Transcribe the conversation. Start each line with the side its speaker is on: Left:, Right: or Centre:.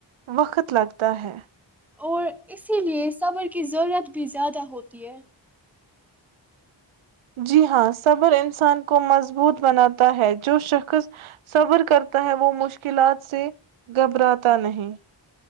Right: وقت لگتا ہے
Centre: اور اسی لیے صبر کی ضرورت بھی زیادہ ہوتی ہے
Right: جی ہاں صبر انسان کو مضبوط بناتا ہے جو شخص صبر کرتا ہے وہ مشکلات سے گھبراتا نہیں